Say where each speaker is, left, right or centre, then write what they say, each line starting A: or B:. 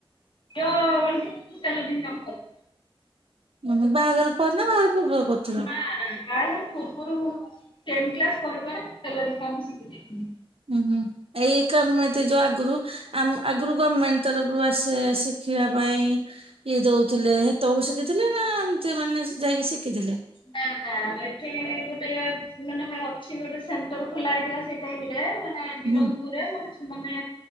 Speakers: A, on the left; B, on the right.
A: ଯୋଉ ଏଇ ଟେଲରିଂ କାମ କରୁଚି।
B: ଓହୋ ବାହାଘର ପରେ ନା ବାହାଘର ପୂର୍ବରୁ କରୁଥିଲ?
A: ନା ନା ବାହାଘର ପୂର୍ବରୁ ମୁଁ ଟେନ୍ କ୍ଲାସ ପରେ ପରେ ଟେଲରିଂ କାମ ଶିଖିଚି।
B: ଓହୋ। ଏଇ କାମ ତ ଯୋଉ ଆଗୁରୁ ଆମ୍ ଆଗୁରୁ ଗମେଣ୍ଟ ତରଫରୁ ଆସେ ଶିଖିବା ପାଇଁ। ଇଏ ଦଉଥିଲେ ହେତବେଳକୁ ଶିଖିଥିଲେ ନା ଏମିତି ମାନେ ଯାଇକି ଶିଖିଥିଲେ?
A: ନା ନା ଏଠି ଗୋଟେ ମାନେ ମ୍ୟାମ ଅଛି ଗୋଟେ ସେଣ୍ଟର ଖୋଲା ହେଇଥିଲା ସେଇ ଟାଇମ୍ ରେ। ମାନେ ବିରନପୁରରେ
B: ହୁଁ
A: ମାନେ ସେମାନେ